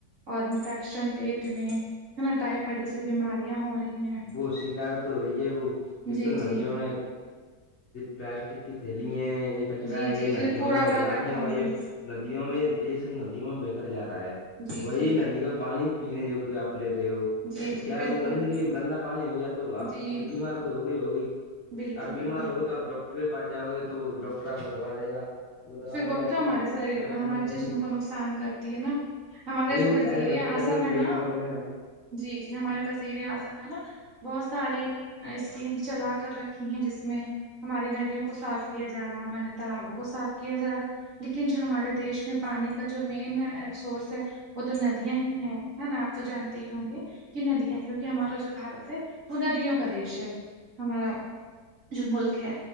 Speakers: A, on the right; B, on the left.
A: اور انفیکشن پیٹ میں ہے نا ٹائفائڈ جیسی بیمارں ہو رہی ہیں
B: کوش کرار تو ہو رہی ہے وہ ایک
A: جی
B: تو ندیوں
A: جی
B: میں پلاسٹک کی تھیلی ہے ایک کچرا
A: جی
B: ہے
A: جی
B: یہ
A: جی
B: ندیوں
A: کوڑا
B: میں
A: کرکٹ
B: نالیوں
A: ڈالتے
B: کا یہ ندیوں میں یہ سب ندیوں میں بیکر جا رہا ہے
A: جی
B: وہی
A: جی
B: ندی کا پانی پینے وگ اپنے لیے وہ
A: جی
B: تو
A: جی
B: کیا
A: بالکل
B: ہے وہ گندگی گندا پانی ہو گیا تو اپ
A: جی
B: اس سے بیمار تو ہو گیا ہی ہو گئی
A: بالکل
B: اپ
A: بالکل
B: بیمار ہوگئے تو آپ ڈاکٹر کے پاس جاؤ گے تو ڈاکٹر آپ کو دبا دے گا وہ دوا
A: پھر
B: بھی آپ
A: تو
B: کو
A: ہمارے سارے
B: کام
A: ہمارے
B: نہیں آئی
A: جسم
B: وہ
A: کو نقصان کرتی ہے نا ہمارے
B: وہ
A: جو
B: بھی
A: وزیر
B: سارے
A: اعظم
B: کرے گی شریر
A: ہے نا
B: میں اپنے میں
A: جی جی ہمارے وزیر اعظم ہیں نا بہت ساری اسکیمس چلا کر رکھی ہیں جس میں ہماری ندیوں کو صاف کیا جا رہا ہے ہمارے تالابوں کو صاف کیا جا رہا ہے لیکن جو ہمارے دیش میں پانی کا جو مین سورس ہے وہ تو ندیاں ہی ہیں ہے نا آپ تو جانتے ہی ہوں گے کہ ندیاں ہیں کیونکہ ہمارا جو بارت ہے وہ ندیوں کا دیش ہے ہمارا جو ملک ہے